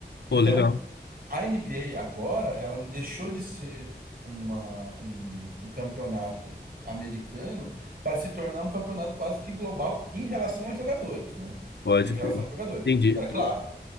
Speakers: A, on the right; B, on the left.
A: Então,
B: Pô, legal.
A: a NBA agora, ela deixou de ser uma, um, um campeonato americano para se tornar um campeonato quase que global em relação a jogadores, né?
B: Pode
A: Em relação
B: crer.
A: a jogadores.
B: Entendi.
A: Agora,
B: Top.
A: claro.